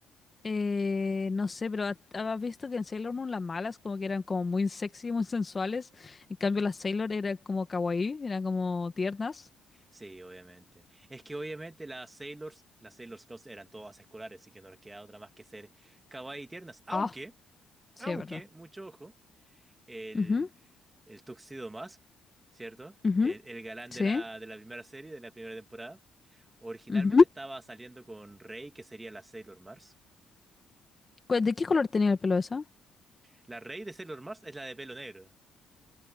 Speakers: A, on the left (about 25°); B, on the right (about 20°).
A: Eh, no sé, pero ha- ¿has visto que en Sailor Moon las malas como que eran como muy sexy, muy sensuales? En cambio las Sailor eran como kawaii, eran como tiernas.
B: Sí, obviamente. Es que obviamente las Sailors, las Sailor Scouts eran todas escolares, así que no les queda otra más que ser kawaii y tiernas. Aunque,
A: Ah, sí,
B: aunque,
A: es verdad.
B: mucho ojo, el,
A: Ujú,
B: el Tuxedo Mask, ¿cierto?
A: ujú,
B: El, el galán
A: Sí.
B: de la, de la primera serie, de la primera temporada, originalmente
A: ujú.
B: estaba saliendo con Rey, que sería la Sailor Mars.
A: Cu- ¿De qué color tenía el pelo esa?
B: La Rey de Sailor Mars es la de pelo negro.